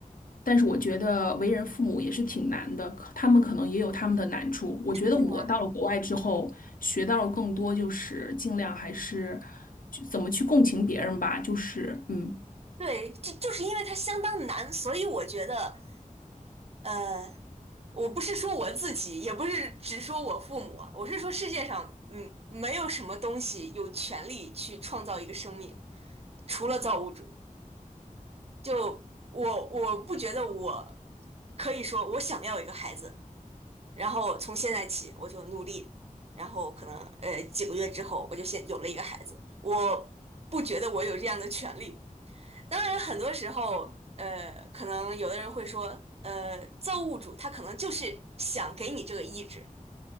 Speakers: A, on the left; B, on the right.
A: 但是我觉得为人父母也是挺难的，可他们可能也有他们的难处。我觉得我到了国外之后，
B: 对呀，
A: 学到了更多，就是尽量还是就怎么去共情别人吧，就是嗯。
B: 对，这就是因为它相当难，所以我觉得，呃，我不是说我自己，也不是只说我父母啊，我是说世界上，嗯，没有什么东西有权利去创造一个生命，除了造物主。就我，我不觉得我可以说我想要一个孩子，然后从现在起我就努力，然后可能呃几个月之后我就先有了一个孩子，我不觉得我有这样的权利。当然，很多时候呃，可能有的人会说，呃，造物主他可能就是想给你这个意志，